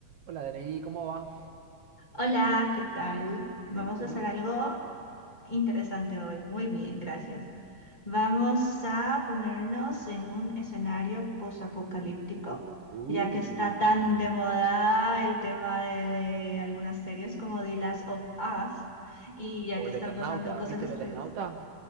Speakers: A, on the right; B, on the left.
A: Hola, DNI, ¿cómo va?
B: Hola, ¿qué tal? Vamos
A: Bien, ¿tú?
B: a hacer algo interesante hoy. Muy bien, gracias. Vamos a ponernos en un escenario posapocalíptico,
A: Uh.
B: ya que está tan de moda el tema de algunas series como The Last of Us y ya
A: O
B: que
A: el
B: están
A: Eternauta,
B: pasando cosas
A: ¿viste
B: extrañas.
A: el Eternauta?